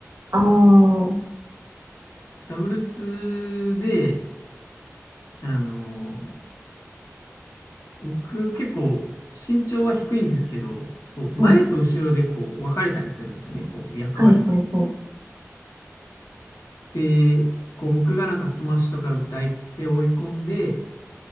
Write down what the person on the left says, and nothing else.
ダブルスで、あのー、僕結構身長は低いんですけど、こう、
前と後ろでこう、分かれたりするんですよね、こう、役割が。
で、こう、僕がなんかスマッシュとか打って相手を追い込んで、